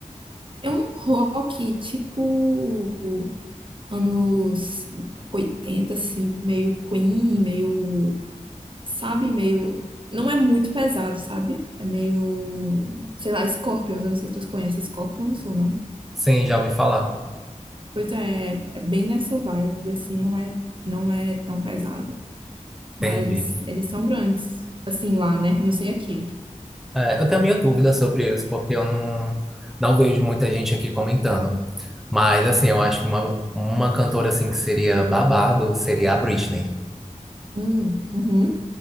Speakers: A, on the right; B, in the centre.
A: É um rock, tipo, anos 80 assim, meio Queen, meio, sabe, meio. Não é muito pesado, sabe? É meio, sei lá, Scorpions. Eu não sei se tu conhece Scorpions ou não.
B: Sim, já ouvi falar.
A: Pois é, é bem nessa vibe, assim, não é, não é tão pesado. Mas
B: Entendi.
A: eles são grandes, assim, lá, né? Não sei aqui.
B: É, eu tenho minha dúvida sobre eles, porque eu não, não vejo muita gente aqui comentando. Mas, assim, eu acho que uma, uma cantora, assim, que seria babado seria a Britney.
A: Hum, uhum,